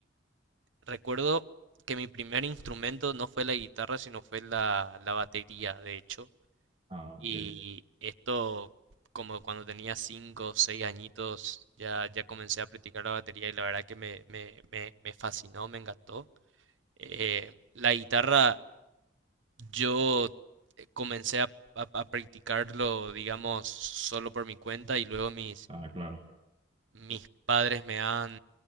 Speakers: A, on the right; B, on the right.
A: recuerdo que mi primer instrumento no fue la guitarra, sino fue la, la batería, de hecho.
B: Ah, ok.
A: Y esto, como cuando tenía 5 o 6 añitos, ya, ya comencé a practicar la batería y la verdad que me, me, me, me fascinó, me encantó. Eh, la guitarra, yo comencé a, a- a practicarlo, digamos, solo por mi cuenta y luego mis,
B: Ah, claro,
A: mis padres me han,